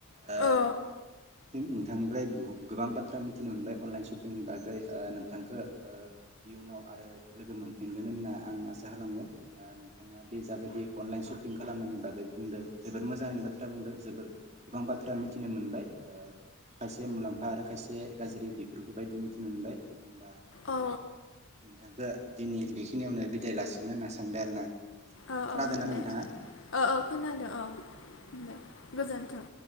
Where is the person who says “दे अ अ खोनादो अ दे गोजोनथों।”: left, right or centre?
Left